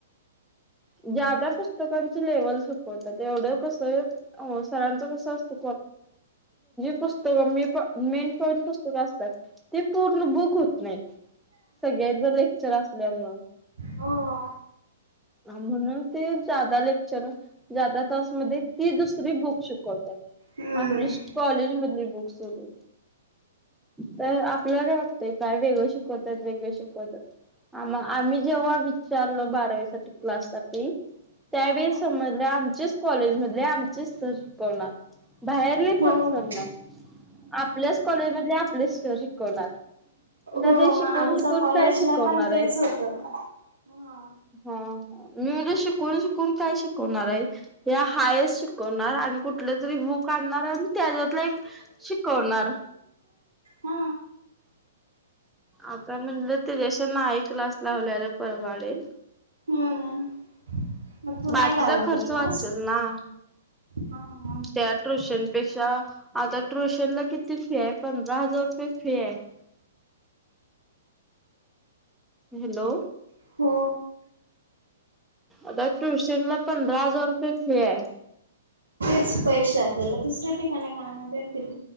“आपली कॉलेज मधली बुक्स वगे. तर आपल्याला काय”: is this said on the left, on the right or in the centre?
Centre